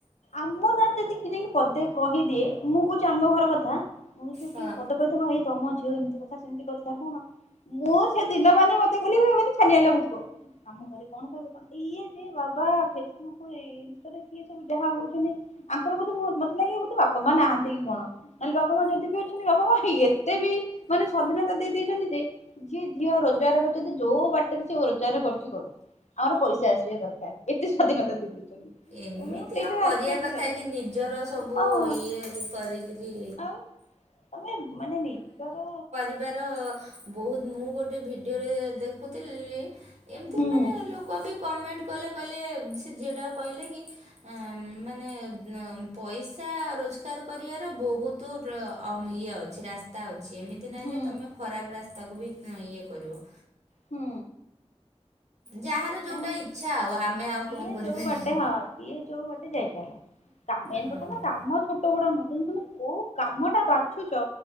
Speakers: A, on the left (about 85°); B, on the right (about 80°).
A: ଆମ ନାଁରେ ଯଦି କିଏ ଯଦି ପଦେ କହିଦିଏ ମୁଁ କହୁଛି ଆମ ଘର କଥା ମୁଁ
B: ହଁ।
A: କି ପଦ କହିଦବ ଭାଇ ତମ ଝିଅ ଏମିତି କଥା ସେମିତି କହିଥିଲା କଣ ମୁଁ ସେ ଦିନ ମାନେ ମତେ ଖାଲି ମାନେ ଛାନିଆ ଲାଗୁଥିବ ଆମ ଘରେ କଣ କହିବ କ ଇଏ ଯେ ବାବା ଫେସବୁକ୍ ଇନ୍‌ଷ୍ଟାରେ ଏ ସବୁ ଯାହା ହଉଛନ୍ତି ଆଙ୍କର ବୋଧେ ମତେ ଲାଗେ ବୋଧେ ବାପା ମା ନାହାନ୍ତି କି କଣ ନହଲେ ବାପା ମା ଯଦି ବି ଅଛନ୍ତି ବାପା ମା ଏତେ ବି ମାନେ ସ୍ଵାଧୀନତା ଦେଇ ଦେଇଛନ୍ତି ଯେ ଯିଏ ଝିଅ ରୋଜଗାର କରିୁଛନ୍ତି ଯୋଉ ବାଟରେ ସେ ରୋଜଗାର କରୁଛି କରୁ ଆମର ପଇସା ଆସିବା ଦରକାର ଏତେ ସ୍ଵାଧୀନତା ଦେଇ ଦେଇଛନ୍ତି।
B: ଏମିତି
A: ମୁଁ ସେଇଟା
B: ଆଉ କରିବା
A: ଆଶ୍ଚର୍ଯ୍ୟ
B: କଥା
A: ଲାଗେ
B: କି ନିଜର ସବୁ
A: ହଁ
B: ଇଏ କରି କିରି
A: ଆଉ ତମେ ମାନେ ନିଜର
B: ବାର ବହୁ ମୁଁ ଗୋଟେ ଭିଡିଓରେ ଦେଖୁଥିଲି ଏମିତି
A: ହୁଁ
B: ମାନେ ଲୋ ଲୋକବି କମେଣ୍ଟ କଲେ କହିଲେ ସେ ଝିଅଟାକୁ କହିଲେ କି ମାନେ ପଇସା ରୋଜଗାର କରିବାର ବହୁତ ତ ଇଏ ଅଛି ରାସ୍ତା ଅଛି ଏମିତି ଏମିତି ନାହିଁ
A: ହୁଁ
B: ଯେ ତୁମେ ଖରାପ ରାସ୍ତାକୁ ବି ଇଏ କରିବ
A: ହୁଁ
B: ଯାହାର ଯୋଉଟା
A: ନାଇଁ ମୁଁ
B: ଇଚ୍ଛା ଆଉ ଆମେ ଆଉ
A: ଯିଏ
B: କଣ କରିପାରିବା
A: ଯୋଉ ବାଟେ ହଁ ଯିଏ ଯୋଉ ବାଟେ ଯାଇପାରିଲା ମେନ୍
B: ହଁ।
A: କଥା ହେଲା କାମ ଛୋଟ ବଡ ନୁହଁ କିନ୍ତୁ ତୁମେ କୋଉ କାମ ଟା ବାଛୁଛ